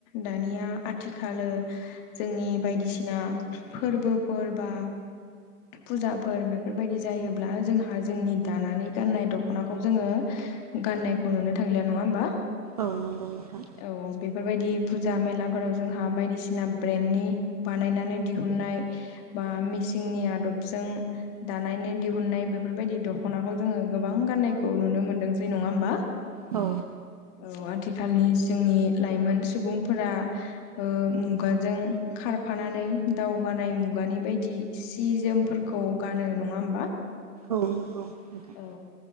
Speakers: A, on the left (about 25°); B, on the right (about 25°).
A: दानिया आथिखाल जोंनि बायदिसिना फोरबोफोर बा फुजाफोर बेफोर बायदि जायोब्ला जोंहा जोंनि दानानै गाननाय दख'नाखौ जोङो। गाननायखौ नुनो थांलिया नङा होमबा?
B: औ नंगौ नोंथां।
A: औ बेफोर बायदि फुजा मेलाफोराव जोंहा बायदिसिना ब्रेन्डनि बानायनानै दिहुननाय बा मिसिंनि आदबजों दानायनि दिहुननाय बेफोरबायदि दख'नाखौ जोङो गोबां गाननायखौ नुनो मोनदोंसै नङा होमबा?
B: औ।
A: ओ औ आथिखालनि जोंनि लाइमोन सुबुंफोरा ओ मुगाजों खारफानानै दावगानाय मुगानि बायदि सि जोमफोरखौ गानो नङा होमबा?
B: औ नंगौ नोंथां
A: औ